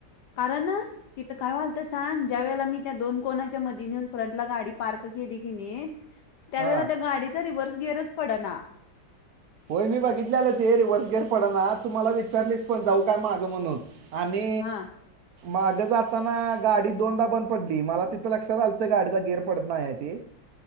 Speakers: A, on the left; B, on the right.
A: कारण तिथ काय व्हालत सांग? ज्या वेळेला मी त्या दोन कोणाच्या मधी नेऊन फ्रंटला गाडी पार्क केली की न्ही. त्यावेळा
B: हा
A: त्या गाडीचा रिवर्स गियर च पड ना
B: होय मी बघितले आलं ते रिव्हर्सगेर पड ना तू मला विचारलीस पण जाऊ काय मागं म्हणून आणि
A: हा
B: मागं जाताना गाडी दोनदा बंद पडली मला तिथं लक्षात आलंतं गाडीचा गिअर पडत नाही आहे ते.